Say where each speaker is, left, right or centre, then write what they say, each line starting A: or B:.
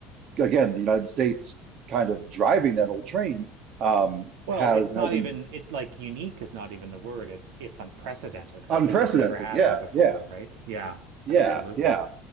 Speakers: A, on the right; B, on the right.
A: again the United States kind of driving that whole train um
B: Well,
A: has
B: it's
A: has
B: not
A: been
B: even it like unique is not even the word. It's it's unprecedented,
A: unprecedented.
B: right? This has never happened
A: Yeah,
B: before,
A: yeah.
B: right? Yeah,
A: Yeah,
B: absolutely.
A: yeah.